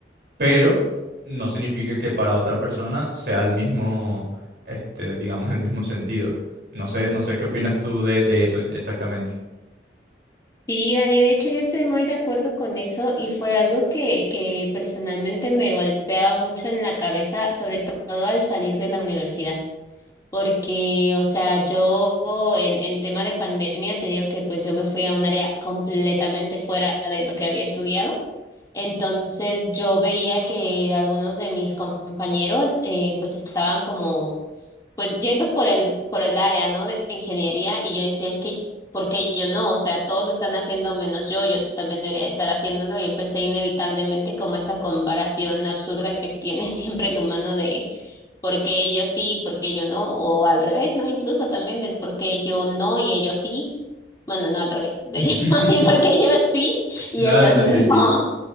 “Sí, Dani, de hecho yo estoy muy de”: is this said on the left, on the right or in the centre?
Left